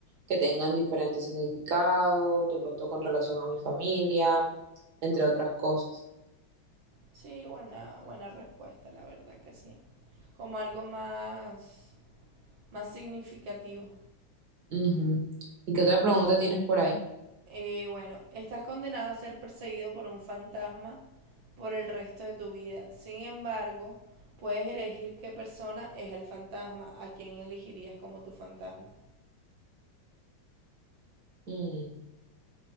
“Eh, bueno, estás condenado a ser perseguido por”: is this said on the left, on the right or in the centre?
Right